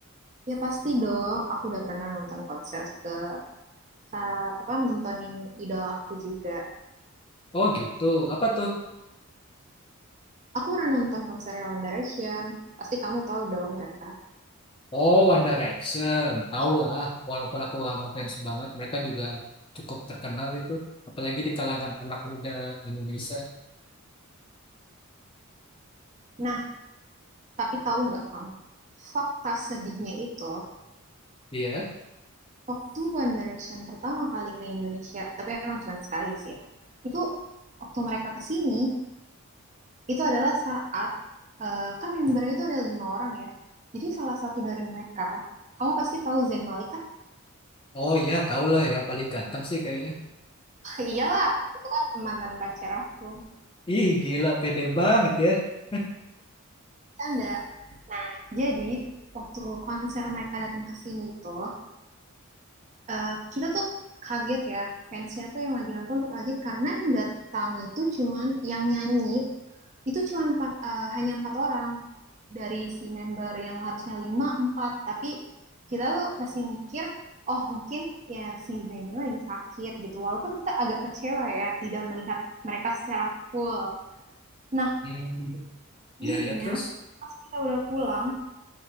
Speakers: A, on the right; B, on the left.
A: ya pasti dong aku udah pernah nonton konser ke sa- apa nontonin idola aku juga
B: Oh gitu, apa tuh?
A: aku pernah nonton konser One Direction pasti kamu tahu dong mereka
B: Oh One Direction, tau lah. Walaupun aku gak ngefans banget, mereka juga cukup terkenal itu. Apalagi di kalangan anak muda Indonesia.
A: nah tapi tahu nggak kamu fakta sedihnya itu
B: Iya,
A: Waktu One Direction pertama kali ke Indonesia, tapi emang cuma sekali sih ya. Itu waktu mereka ke sini, itu adalah saat eh, kan membernya itu ada lima orang ya. Jadi salah satu dari mereka, kamu pasti tahu Zayn Malik kan?
B: oh ya, tau lah ya paling ganteng sih kayaknya.
A: <laughs> Iyalah, itu kan mantan pacar aku.
B: <laughs> Ih gila, pede banget ya. <laughs>
A: Canda. Nah, jadi waktu konser mereka datang ke sini itu, eh, kita tuh kaget ya. Fansnya tuh yang lagi nonton tuh kaget karena yang datang itu cuman yang nyanyi itu cuma empat eh, hanya empat orang dari si member yang harusnya lima empat tapi kita tuh masih mikir oh mungkin ya si Zeni lagi sakit gitu walaupun kita agak kecewa ya tidak melihat mereka secara full nah
B: Hmm.
A: paginya
B: Ya ya terus.
A: pas kita udah pulang